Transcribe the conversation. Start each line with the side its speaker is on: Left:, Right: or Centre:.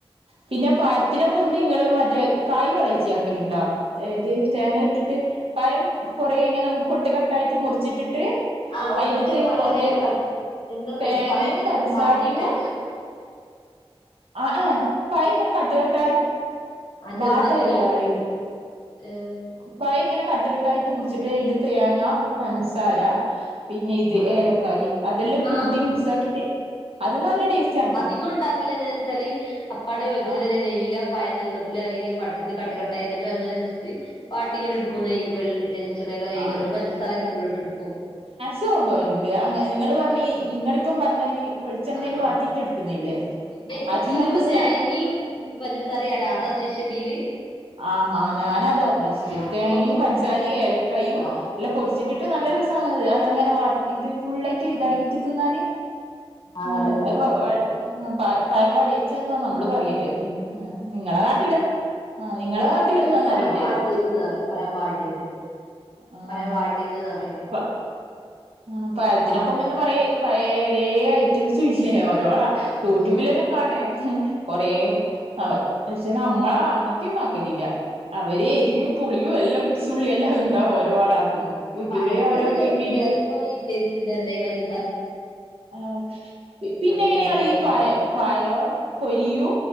Right: പിന്നെ പഴത്തിനെ കൊണ്ട് ഇങ്ങള് മറ്റേ കായ് വെളയിച്ചിയാക്കലുണ്ടോ? അത് തേങ്ങ ഇട്ടിട്ട് പഴം കൊറെ ഇങ്ങനെ കൊട്ട് കട്ടായിട്ട് മുറിച്ചിട്ടിട്ട്
Left: ആ ഒരൊറ്റ
Right: അയിന്റത്ത്
Left: പഴം
Right: കൊറേ
Left: ഇങ്ങനെ കട് എന്താണു
Right: തേങ്ങയും
Left: പയം ഇങ്ങനെ
Right: പഞ്ചസാരയും
Left: ബാട്ടീട്ടാ
Right: ആ ആ പയം ഇങ്ങനെ കട്ടുകട്ടായിട്ട്,
Left: ആ ചെറുതാക്കി
Right: ബാട്ടലല്ല പറയത്.
Left: ഏ
Right: പഴം ഇങ്ങനെ കട്ടുകട്ടായിട്ട് മുറിച്ചിട്ട് അതിന്റെ തേങ്ങ പൻസാര
Left: ആ
Right: പിന്നെ ഈ
Left: ആ
Right: ഏലക്കായ് അതെല്ലാം
Left: ആഹ്
Right: കൂട്ടി മിക്സ് ആക്കിട്ട് അത് നല്ല ടേസ്റ്റ് ആണ്
Left: ഇതൊണ്ടാക്കല് എങ്ങനാ വെച്ചാല് അപ്പാടെ വച്ചതത്
Right: ആ
Left: നെയില പയം നീളത്തിൽ അല്ലെങ്കിൽ വട്ടത്തിൽ കട്ട് കട്ടായിട്ട് അങ്ങനെ ജസ്റ്റ് വാട്ടിങ്ങനെ എടുക്കു നെയ് വെള് വളിച്ചെണ്ണയിലൊ നെയ്യിലോ
Right: ആ
Left: എന്നിട്ട് പഞ്ചസാര അതിന്റെ മുകളിട്ട് എടുക്കും
Right: ട്ട് കൊണ്ടു പോയലുണ്ട് നിങ്ങൾ പറഞ്ഞ ഈ നിങ്ങളിപ്പം പറഞ്ഞ ഈ വെളിച്ചെണ്ണയിൽ
Left: ആ ആ
Right: വാട്ടിയിട്ട് എടുക്കുന്നില്ലേ
Left: പിന്നെ ങ്ങ
Right: അത്
Left: ഇടിയില
Right: നമ്മള്
Left: ഇപ്പ
Right: സ്നാ
Left: തേങ്ങയും പഞ്ചസാരട
Right: ആ
Left: അതാ ഉദ്ദേശി ഇതില്
Right: ആഹാ ഞാനതാ
Left: ചേർക്കല്ലേ
Right: ഉദ്ദേശിച്ചത്
Left: അപ്പൊ
Right: തേങ്ങയും
Left: കൊറച്ചും
Right: പഞ്ചസാരിയും
Left: കൂടി ഇത്
Right: ഏലക്കായും
Left: രസണ്ടാവും
Right: അല്ല പൊടിച്ചിട്ടിട്ട്
Left: ഓക്കെ
Right: നല്ല രസമാണ്ത് അതങ്ങനെ വാട്ട് ഇത് ഫുള്ളായിട്ട്
Left: ആഹ്
Right: ഇതാക്കിട്ട് തിന്നാന്
Left: ആഹ്
Right: ആ
Left: നല്ല രസാണ്
Right: വ വ
Left: ഇങ്ങളെ
Right: ആഹ് പഴ പഴം വെളയിച്ച്ന്നാ നമ്മള് പറയല് ഉം ആഹ് ഇങ്ങളെ നാട്ടില് ആഹ്
Left: ഞങ്ങളെ
Right: നിങ്ങളെ
Left: നാട്ടിൽക്ക്
Right: നാട്ടിലെന്താന്നറിയില്ലേ
Left: പയം വാട്ടിയെത് ന്നാ പറയാ പയം വാട്ടിയത്
Right: ആഹ്
Left: പയം വാ വാട്ടിയത് ന്ന് പറയും
Right: <unintelligible> ആഹ് പഴത്തിനെ
Left: വാട്ട
Right: കൊണ്ടെന്നെ പറയ് പയെ വേ ഐറ്റംസും ഇല്ലേ ഓരോ
Left: ആഹ്
Right: യൂട്യൂബിലെല്ലം കാണെ കൊറേം
Left: അതന്നെ
Right: ആഹ് പക്ഷെ നമ്മള് അങ്ങൻത്തെയൊന്നും ആക്കലില്ലാ അവര് എരിയും പുളിയും എല്ലാം മിക്സ് ഉള്ളിയെ എല്ലാം ഇണ്ടാവും ഓരോ ആള് ആക്ക്ന്ന്
Left: ഇപ്പൊ
Right: യൂട്യൂബിലെ
Left: പഴത്തിന്
Right: ഓരോ
Left: ര
Right: വീഡിയോ
Left: <unintelligible> ടേസ്റ്റ് കിട്ടാൻ എന്തേ പഞ്ച
Right: ആഹ് പി പിന്നെ
Left: കൊട്ടി
Right: എങ്ങനെയാളീ
Left: ഏലക്കായൊക്കെ
Right: ഈ പയം
Left: ഇട്ടിട്ടുണ്ട്
Right: പയം പൊരിയൂ